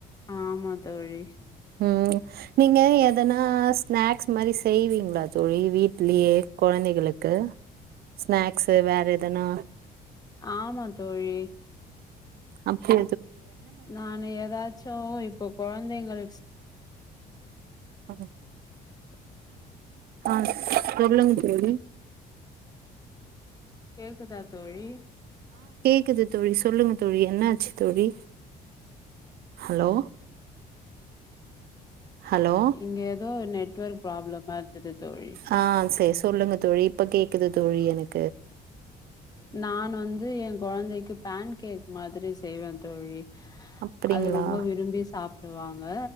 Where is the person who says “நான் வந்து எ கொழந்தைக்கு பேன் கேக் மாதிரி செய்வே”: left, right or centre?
Left